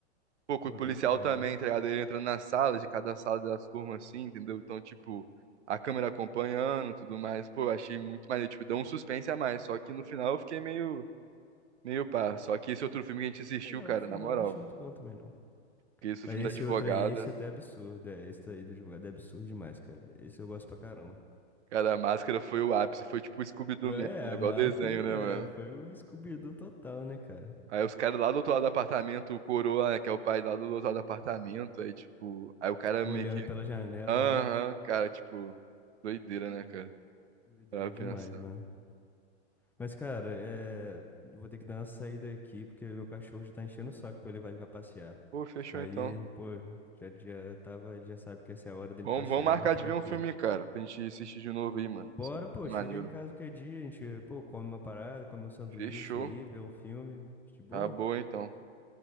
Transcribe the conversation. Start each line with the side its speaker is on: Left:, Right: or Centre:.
Right: Pô,
Centre: Pô,
Right: com o policial
Centre: doideira,
Right: também,
Centre: né?
Right: tá ligado? Ele entrando nas salas, de cada sala das turmas, assim, entendeu? Então, tipo, a câmera acompanhando, tudo mais. Pô, eu achei muito maneiro. Tipo, deu um suspense a mais. Só que no final eu fiquei meio, meio pá. Só que esse outro filme que a gente assistiu,
Centre: É,
Right: cara,
Centre: o final
Right: na moral.
Centre: eu não achei muito bom também, não.
Right: que esse é
Centre: Mas
Right: o filme
Centre: esse
Right: da advogada.
Centre: outro aí, esse até é absurdo. É, esse aí do advogado é absurdo demais, cara. Esse eu gosto pra caramba.
Right: Cara, a máscara foi o ápice, foi tipo o Scooby-Doo
Centre: É,
Right: mesmo, né? Igual
Centre: mas
Right: desenho,
Centre: foi,
Right: né,
Centre: é,
Right: mano?
Centre: foi o Scooby-Doo total, né, cara?
Right: Aí os caras lá do outro lado do apartamento, o Coroa, né, que é o pai lá do outro lado do apartamento, aí tipo, aí o cara
Centre: Olhando
Right: meio que,
Centre: pela janela,
Right: aham,
Centre: né?
Right: cara, tipo, doideira, né, cara?
Centre: Doideira
Right: Pra pensar.
Centre: demais, mano. Mas, cara, é... eu vou ter que dar uma saída aqui, porque meu cachorro já tá enchendo o saco pra eu levar ele pra passear.
Right: Pô, fechou
Centre: Aí,
Right: então.
Centre: pô, já, já tava, ele já sabe que essa é a hora dele
Right: Vamos,
Centre: passear,
Right: vamos marcar
Centre: ele já fica
Right: de ver
Centre: aqui.
Right: um filme, cara, pra gente assistir de novo aí, mano.
Centre: Bora, pô,
Right: Maneiro.
Centre: chega em casa qualquer dia, a gente, pô, come uma parada, come um sanduíche
Right: Fechou.
Centre: aí, vê um filme, de boa?
Right: tá Acabou então.